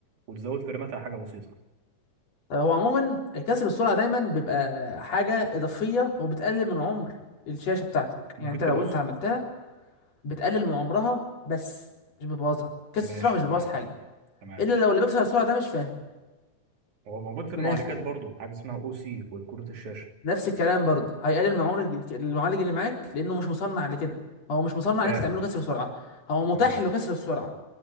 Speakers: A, on the right; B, on the left.
A: وتزود فريماتها حاجه بسيطه
B: هو عموما كسر السرعة دايما بيبقى حاجة إضافية وبتقلل من عمر الشاشة بتاعتك
A: ممكن
B: يعني انت
A: تبوظ
B: لو انت عملتها بتقلل من عمرها بس مش بتبوظها كسر
A: ماشي
B: السرعة مش بيبوظ
A: تمام
B: حاجة
A: تمام
B: إلا لو اللي بيكسر السرعة ده مش فاهم
A: هو موجود في
B: من
A: المعالجات
B: الآخر يعني
A: برضو حاجه اسمها او سي وكروت الشاشه
B: نفس الكلام برضه هيقلل من عمر الج- المعالج اللي معاك لأنه مش مصنع لكده هو مش مصنع
A: فاهم
B: إن أنت تعمله
A: اه
B: كسر سرعة هو متاح
A: تمام
B: له كسر السرعة